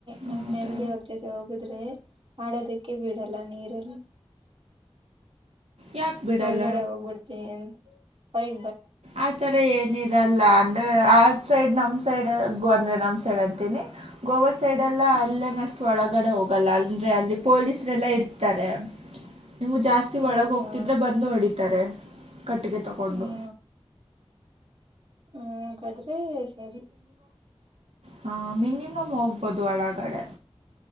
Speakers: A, on the right (about 55°); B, on the right (about 80°).
A: ನಮ್
B: ಹೌದಾ
A: ಫ್ಯಾಮಿಲಿ ಅವ್ರ ಜೊತೆ ಹೋಗುದ್ರೆ ಆಡೋದಕ್ಕೆ ಬಿಡಲ್ಲ ನೀರನ್ನು
B: ಯಾಕೆ ಬಿಡಲ್ಲ
A: ತೋಳಗಡೆ ಹೋಗ್ಬಿಡ್ತೀನಿ ಅಂತ ಅವರಿ
B: ಆ ತರ ಏನಿಿಲ್ಲ ಇರಲ್ಲ ಅಂದ್ರೆ ಆ ಸೈಡ್ ನಮ್ ಸೈಡ್ ಅಂದ್ರೆ ನಮ್ ಸೈಡ್ ಅಂತೀನಿ ಗೋವಾ ಸೈಡ್ ಎಲ್ಲ
A: ಹ್ಮ್
B: ಅಲ್ಲೇನ್ ಅಷ್ಟು ಒಳಗ ಒಗಡೆ ಹೋಗಲ್ಲ ಅಂದ್ರೆ ಅಲ್ಲಿ ಪೊಲೀಸರೆಲ್ಲಾ ಇರ್ತಾರೆ ನಿಮ್ಗೆ ಜಾಸ್ತಿ
A: ಹೌದಾ
B: ಒಳಗ ಹೋಗ್ತಿದ್ರ ಬಂದು ಹೊಡಿತಾರೆ ಕಟ್ಟಿಗೆ ತಗೊಂಡು
A: ಹ್ಮ ಹಾಗಾದ್ರೆ ಸರಿ
B: ಹಾ ಮಿನಿಮಮ್ ಹೋಗ್ಬೋದು ಒಳಗಡೆ